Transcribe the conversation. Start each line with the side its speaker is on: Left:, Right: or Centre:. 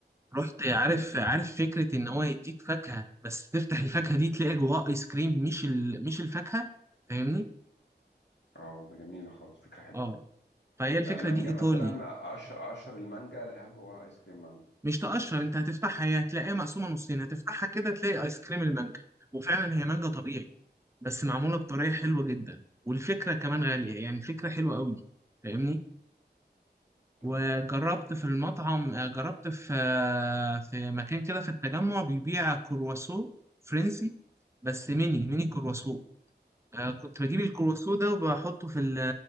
Right: رحت عارف
Left: تمام
Right: عارف فكرة إن هو يديك فاكهة بس تفتح الفاكهة دي تلاقي جواها آيس كريم مش ال... مش الفاكهة فاهمني؟
Left: اه ده جميله خالص فكره حلوه
Right: أه فهي الفكرة
Left: يعني مانجا
Right: دي إيطالي
Left: مثلا اقشر اقشر المانجا الاقيها جواها ايس كريم مانجا
Right: مش تقشر أنت هتفتحها هي هتلاقيها مقسومة نصين هتفتحها كده تلاقي آيس كريم المانجا وفعلا هي مانجا طبيعي بس معمولة بطريقة حلوة جدا والفكرة كمان غالية يعني فكرة حلوة قوي فاهمني؟
Left: تمام
Right: وجربت في المطعم آه، جربت في آه، في مكان كده في التجمع بيبيع كرواسو فرنسي بس ميني ميني كرواسو آه، كنت بجيب الكروسو سودا وبحطه في ال